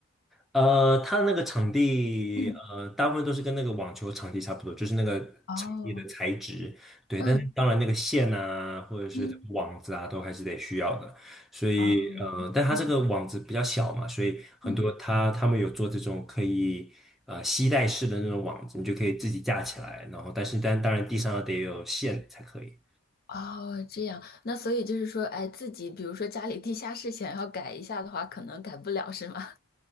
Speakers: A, in the centre; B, on the left.
A: 呃，它的那个场地，
B: 嗯，
A: 呃，大部分都是跟那个网球场地差不多，就是那个场地的材质，
B: 哦，
A: 对。
B: 嗯
A: 但是当然，那个线啊，或者是网子啊，
B: 嗯，
A: 都还是得需要的。所以，
B: 哦，
A: 呃，但它这个网子比较小嘛，
B: 嗯
A: 所以很多它他们有做这种可以呃吸带式的那种网子，
B: 嗯。
A: 你就可以自己架起来。然后，但是但当然地上得有线才可以。
B: 哦，这样，那所以就是说，哎，自己比如说家里地下室想要改一下的话，可能改不了，是吗？